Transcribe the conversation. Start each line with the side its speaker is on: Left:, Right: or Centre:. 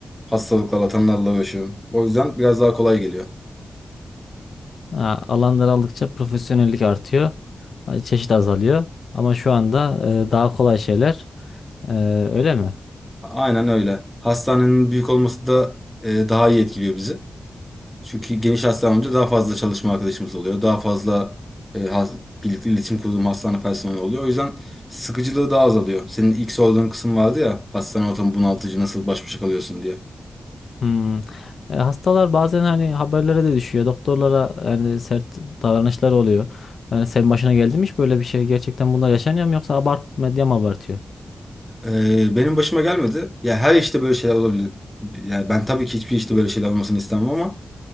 Centre: hastalıklarla, tanılarla uğraşıyorum. O yüzden biraz daha kolay geliyor.
Left: Ha, alan daraldıkça profesyonellik artıyor. Ha, Çeşit azalıyor. Ama şu anda e, daha kolay şeyler. E, öyle mi?
Centre: Aynen öyle. Hastanenin büyük olması da e, daha iyi etkiliyor bizi. Çünkü geniş hastanemde daha fazla çalışma arkadaşımız oluyor. Daha fazla e, has- birlikte iletişim kurduğum hastane personeli oluyor. O yüzden sıkıcılığı daha azalıyor. Senin ilk sorduğun kısım vardı ya hastane ortamı bunaltıcı nasıl baş başa kalıyorsun diye.
Left: Hmm. E, hastalar bazen hani haberlere de düşüyor. Doktorlara yani sert davranışlar oluyor. Yani senin başına geldi mi hiç böyle bir şey? Gerçekten bunlar yaşanıyor mu yoksa abart medya mı abartıyor?
Centre: E, benim başıma gelmedi. Ya her işte böyle şeyler olabilir. Yani ben tabii ki hiçbir işte böyle şeyler olmasını istemem ama